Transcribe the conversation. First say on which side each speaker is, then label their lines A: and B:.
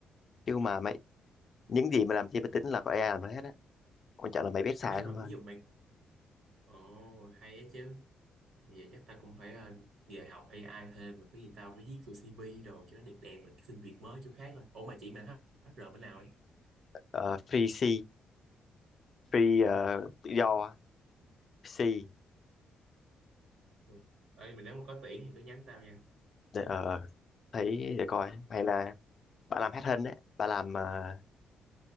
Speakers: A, on the left; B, on the right.
A: chứ mà mày những gì mà làm trên máy tính là có AI làm hết á quan trọng là mày biết xài
B: thế mà
A: không thôi
B: ví dụ mày ồ hay á chứ vậy chắc ta cũng phải ờ, về học AI thêm mà cái gì tao phải viết vô CV đồ cho nó đẹp đẹp rồi xin việc mới chỗ khác rồi ủa mà chị mà HR bên nào ấy
A: Ờ, free C free ờ, tự do C
B: Ừ. Ê, mình nếu mà có tuyển thì cứ nhắn tao nha
A: để, ờ, thấy để coi hay là bà làm hết hình đấy bà làm uh,